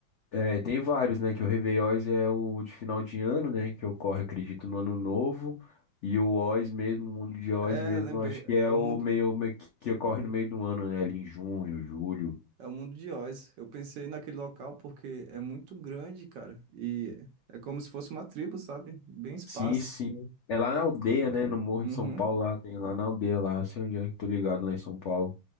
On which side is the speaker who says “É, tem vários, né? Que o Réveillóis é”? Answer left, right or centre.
Left